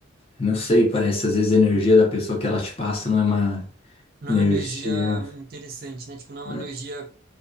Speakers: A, on the left; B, on the right.
A: não sei, parece às vezes a energia da pessoa que ela te passa não é uma
B: Não
A: energia.
B: é uma energia interessante, né? Tipo, não é
A: né?
B: uma energia